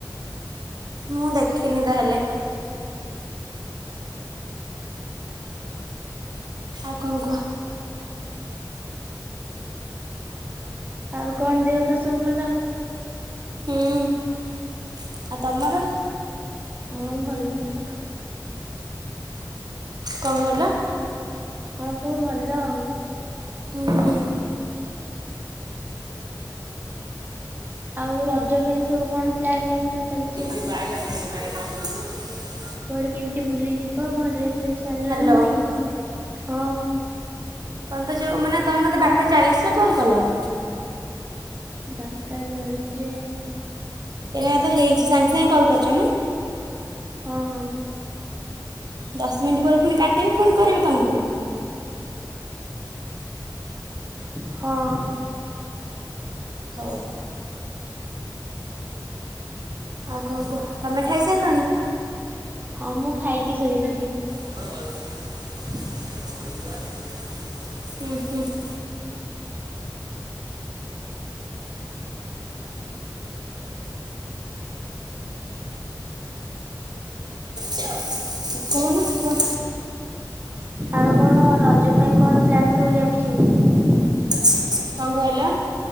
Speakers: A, on the right; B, on the right.
A: ମୁଁ ଦେଖିନି ତାହେଲେ ଆଉ କଣ କୁହ
B: ଆଉ କଣ ଦିହ ପା ସବୁ ଭଲ
A: ହୁଁ <inaudible> ଆଉ ତମର
B: ହଁ ଭଲ ସବୁ।
A: <inaudible> କଣ କହିଲ।
B: ହଁ ସବୁ ଭଲ ଆଉ
A: ହୁଁ।
B: ଆଉ ରଜ ପାଇଁ ସବୁ କଣ ପ୍ଲାନ ଏବେ ସବୁ ଚାଲିଛି।
A: <unintelligible>
B: କୁଆଡେ କେମିତି ବୁଲିଯିବ କଣ ଡ୍ରେସ ଫେସ ଆଣିଲଣି
A: ହ୍ୟାଲୋ
B: ନା ନାହିଁ। ହଁ।
A: କହ ତ ଯୋଉ ମାନେ ତମେ ମତେ ବାରଟା ଚାଳିଶ ରେ କଲ କଲ <inaudible>
B: ବାରଟା ଚାଳିଶିରେ
A: ଏନ ତ ହେଇଛି ସାଙ୍ଗେ ସାଙ୍ଗେ କଲ୍ କରିଛ ନା
B: ହଁ ହଁ।
A: ଦଶ ମିନିଟ୍ ପରେ ଫୁଣି କାଟିବି ଫୁଣି କରିବି ତମକୁ
B: <inaudible> ହଁ। <inaudible>
A: ହୋଉ। ଆଉ କଣ କୁହ ତମେ ଖାଇସାରିଲଣି।
B: ହଁ ମୁଁ ଖାଇକି ଶୋଇଥିଲି।
A: <unintelligible> ହୁଁ ହୁଁ <inaudible> କହୁନ କୁହ।
B: ଆଉ କଣ ରଜ ପାଇଁ କଣ ପ୍ଲାନ ସବୁ ଚାଲିଛି।
A: କଣ କହିଲ